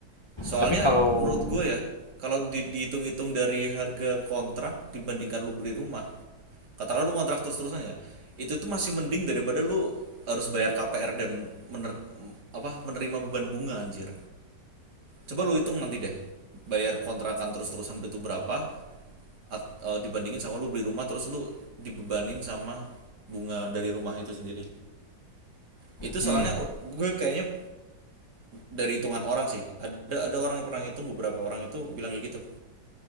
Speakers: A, on the right (about 60°); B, on the left (about 25°).
A: soalnya
B: Tapi kalau
A: menurut gue ya kalau di- dihitung-hitung dari harga kontrak dibandingkan lu beli rumah katakanlah lu kontrak terus-terusan ya itu tuh masih mending daripada lu harus bayar KPR dan mener- apa menerima beban bunga anjir coba lu hitung nanti deh bayar kontrakan terus-terusan itu berapa at- eh, dibandingin sama lu beli rumah terus lu dibebanin sama bunga dari rumah itu sendiri itu
B: hmm,
A: soalnya gue kayaknya dari hitungan orang sih ada ada orang yang pernah ngitung beberapa orang itu bilang kayak gitu